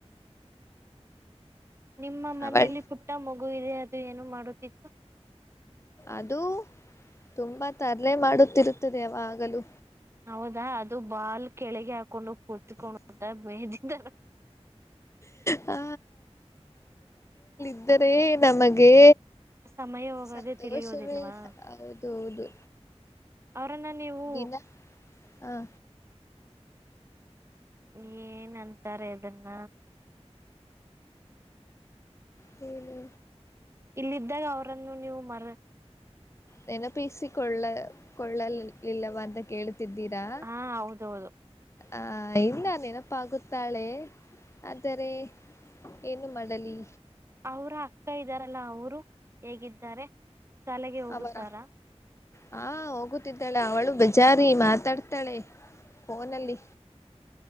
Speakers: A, on the right; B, on the left.
A: ನಿಮ್ಮ ಮನೇಲಿ
B: ಅವಳ
A: ಪುಟ್ಟ ಮ ಗುಯರಿ ಅದು ಏನು ಮಾಡುತ್ತಿತ್ತು
B: ಅದು ತುಂಬಾ ತರಲೆ ಮಾಡುತ್ತಿರುತ್ತದೆ ಯಾಗಲೂ
A: ಹೌದಾ ಅದು ಬಾಲ್ ಕೆಳಗೆ ಹಾಕೊಂಡು ಕುತ್ಕೊಂಡತ ಮದ. ದರ.
B: ಹಾ ಇದ್ದರೆ ನಮ್ಮಗೆ
A: ಸಮಯ ಹೋಗೋದೇ
B: ಸಂತೋಷವೇ
A: ತಿಳಿಯೋದಿಲ್ವಾ
B: ಹೌದು ಹೌದು
A: ಅವರನ್ನ ನೀವು
B: ದಿನ ಹ.
A: ಏನ್ ತ್. ಇತಾರೆ ಅದನ್ನ.
B: ಹ್ಮ್ಮ
A: ಇಲ್ಲಿದ್ದಾಗ ಅವ್ರನ್ನು ನೀವು ಮರ
B: ನೆನಪಿಸಿಕೊಳ್ಳ ಕೊಳ್ಳಲ ಇಲ್ಲವ ಅಂತ ಕೇಳ ರಾ
A: ಹಾ ಹೌದೌದು
B: ಆ ಇಲ್ಲ ನಪ್ಪ ಆಗುತ್ತ ತಾಳೆ ಆದರೆ ಏನು ಮಾಡಲಿ
A: ಅವ್ರ ಅಕ್ಕ ಇದ್ದಾರಲ್ಲ ಅವರು ಹೇಗಿದ್ದಾರೆ ಶಾಲೆಗೆ ಹೋಗುತ್ತಾರಾ
B: ಅವರ ಹಾ ಹೋಗುತ್ತಿದ್ದಾಳ ಅವಳು ಬಜಾರಿ ಮಾತಾಡ್ತಾಳೆ ಫೋನಲ್ಲಿ